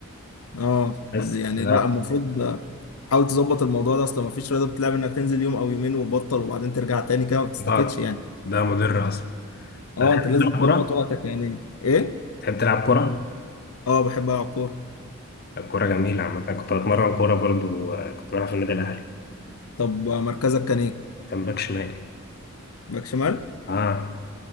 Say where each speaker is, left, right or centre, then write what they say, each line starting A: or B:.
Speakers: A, on the left (about 90°); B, on the left (about 45°).
A: اه
B: بس
A: طب يعني
B: ف-
A: لا المفروض حاول تظبط الموضوع ده اصل مفيش رياضه بتلعب انك تنزل يوم او يومين وتبطل وبعدين ترجع تاني كده ما بتستفدش
B: اه
A: يعني
B: ده مضر اصلا
A: اه
B: هتحب
A: انت لازم
B: تلعب
A: تظبط
B: كورة؟
A: وقتك يعني ايه
B: تحب تلعب كورة؟
A: اه بحب العب كوره
B: الكورة جميلة عامة أنا كنت بتمرن كورة برضو آه، كنت بلعب في النادي الأهلي
A: طب مركزك كان ايه
B: كان باك شمال
A: باك شمال
B: اه